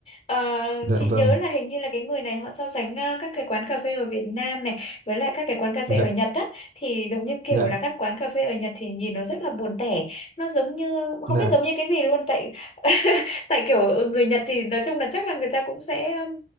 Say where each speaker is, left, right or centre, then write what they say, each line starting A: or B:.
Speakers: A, on the left; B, on the right.
A: Ờ,
B: dạ
A: chị
B: vâng
A: nhớ là hình như là cái người này họ so sánh à, các cái quán cà phê ở Việt Nam này với lại các cái quán cà
B: dạ
A: phê ở Nhật á thì giống như kiểu
B: dạ
A: là các quán cà phê ở Nhật thì nhìn nó rất là buồn tẻ nó giống như không
B: dạ
A: biết giống như cái gì luôn tại <laughs> tại kiểu người Nhật thì nói chung là chắc là người ta cũng sẽ um,